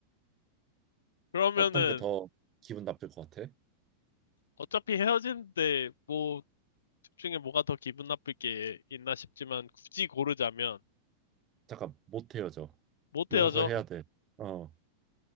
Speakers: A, on the left (about 65°); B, on the right (about 30°).
A: 그러면은
B: 어떤 게 더 기분 나쁠 것 같아?
A: 어차피 헤어지는데 뭐 집중에 뭐가 더 기분 나쁠 게 있나 싶지만 굳이 고르자면
B: 잠깐 못 헤어져.
A: 못
B: 용서해야
A: 헤어져.
B: 돼. 어,